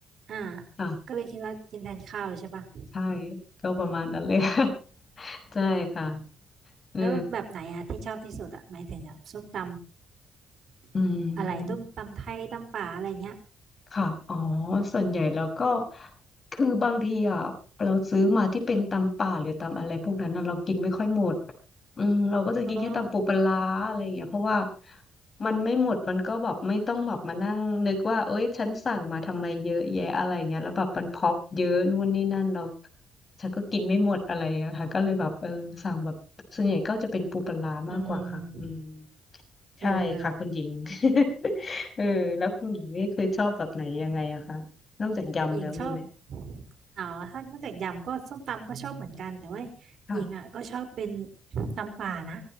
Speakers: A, on the right; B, on the left.
A: อ่า
B: อ่ะ
A: ก็เลยคิดว่ากินแทนข้าวเลยใช่ปะ
B: ใช่ก็ประมาณนั้นเลย <laughs> ใช่ค่ะเออ
A: แล้วแบบไหนอะที่ชอบที่สุดอะหมายถึงอะส้มตำอะไรต้มตำไทยตำป่าอะไรเงี้ย
B: อืม ค่ะ อ๋อส่วนใหญ่เราก็คือบางทีอ่ะเราซื้อมาที่เป็นตำป่าหรือตำอะไรพวกนั้นน่ะเรากินไม่ค่อยหมด อืมเราก็จะกินแค่ตำปูปลาร้าอะไรอย่างเงี้ยเพราะว่า
A: อ๋อ
B: มันไม่หมด มันก็แบบไม่ต้องแบบมานั่งนึกว่าเอ้ยฉันสั่งมาทำไมเยอะแยะอะไรเงี้ยแล้วแบบมันพร็อปเยอะนู่นนี่นั่นเราฉันก็กินไม่หมดอะไรอยค่ะก็เลยแบบเออสั่งแบบส่วนใหญ่ก็จะเป็นปูปลาร้ามากกว่าค่ะอืม
A: อืมเออเออ
B: ใช่ค่ะคุณหญิง <laughs> เออแล้วคุณหญิงนี่เคยชอบแบบไหนยังไงอะคะนอกจากยำแล้วมีไหม
A: หญิงชอบอ๋อถ้านอกจากยำก็ส้มตำก็ชอบเหมือนกันแต่ว่า
B: ค่ะ
A: หญิงอะก็ชอบเป็นตำป่านะ